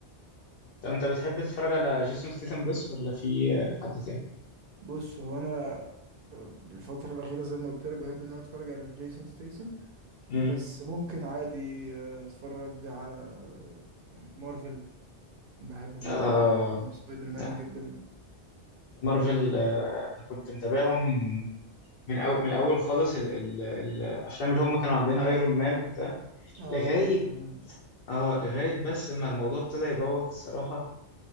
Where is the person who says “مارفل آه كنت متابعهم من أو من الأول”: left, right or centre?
Left